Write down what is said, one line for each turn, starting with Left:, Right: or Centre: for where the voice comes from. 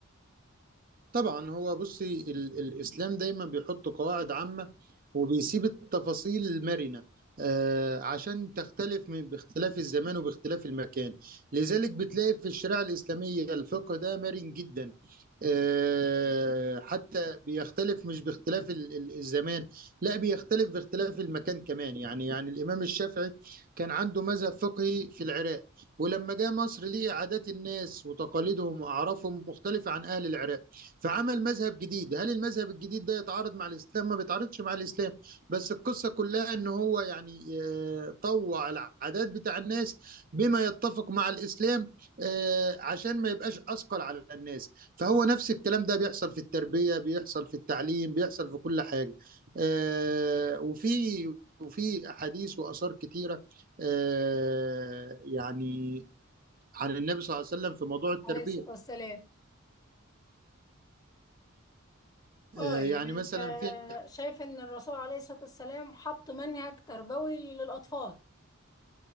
Right: طبعا هو بصي ال الإسلام دايما بيحط قواعد عامة وبيسيب التفاصيل المرنة آه عشان تختلف من باختلاف الزمان وباختلاف المكان لذلك بتلاقي في الشريعة الإسلامية الفقه ده مرن جدا آه حتى بيختلف مش باختلاف ال ال الزمان لا بيختلف باختلاف المكان كمان يعني يعني الإمام الشافعي كان عنده مذهب فقهي في العراق ولما جاء مصر ليه عادات الناس وتقاليدهم وأعرافهم مختلفة عن أهل العراق فعمل مذهب جديد هل المذهب الجديد ده يتعارض مع الاسلام ما بيتعارضش مع الاسلام بس القصه كلها ان هو يعني آه، طوع العادات بتاع الناس بما يتفق مع الاسلام آه، عشان ما يبقاش اثقل على الناس فهو نفس الكلام ده بيحصل في التربيه بيحصل في التعليم بيحصل في كل حاجه آه، وفي وفي احاديث واثار كتيره آه، يعني عن النبي صلى الله عليه وسلم في موضوع التربيه
Left: عليه الصلاة والسلام اه
Right: آه،
Left: يعني
Right: يعني مثلا
Left: انت
Right: في
Left: شايف ان الرسول عليه الصلاة والسلام حط منهج تربوي للأطفال